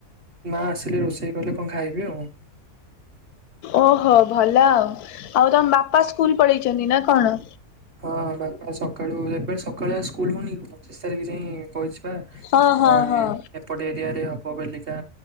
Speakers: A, on the right; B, on the left.
A: ମା ଆସିଲେ ରୋଷେଇ କଲେ କଣ ଖାଇବି ଆଉ।
B: ଓହୋ ଭଲ ଆଉ ଆଉ ତମ ବାପା ସ୍କୁଲ୍ ପଳେଇଚନ୍ତି ନାଁ କଣ?
A: ହଁ ବାପା ସକାଳୁ ଏବେ ସକାଳୁଆ ସ୍କୁଲ୍ ହଉନି ପଚିଶ ତାରିଖ ଯାଏଁ କହିଛି। <unintelligible>
B: ହଁ ହଁ ହଁ
A: ଏପଟେ ଏରିଆରେ ହେବ ବେଲିକା